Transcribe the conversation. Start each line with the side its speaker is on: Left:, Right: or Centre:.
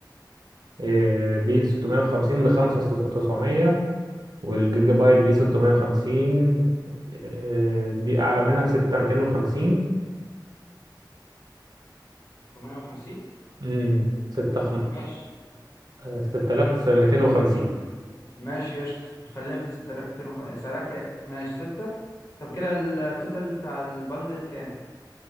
Right: آه، بي 650 ب 5900 والجيجا بايت بي 650 آه، دي اعلى منها ب 6250
Left: 650
Right: امم 6
Left: ماشي
Right: 6250
Left: ماشي قشطة خلينا في 6250 سعرها كام ماشي 6 طب كده التوتال بتاع البندل كام